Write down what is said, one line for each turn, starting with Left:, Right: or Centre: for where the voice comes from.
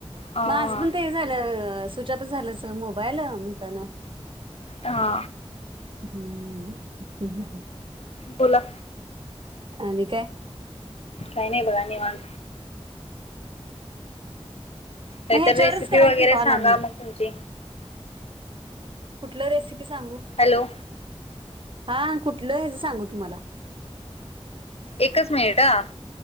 Left: हा
Right: मज पण ते झालं स्विचअप झालंच मोबाईल म्हणताना
Left: हा
Right: हम्म
Left: बोला
Right: अ न काय
Left: काही नाही बघा मग काहीतरी
Right: महे जोरस
Left: रेसिपी
Right: करा
Left: वगैरे
Right: की कॉलनी
Left: सांगा मग तुमची
Right: कुठलं रेसिपी सांगू
Left: हॅलो
Right: हा कुठलं आहेच सांगू तुम्हाला
Left: एकच मिनिट ह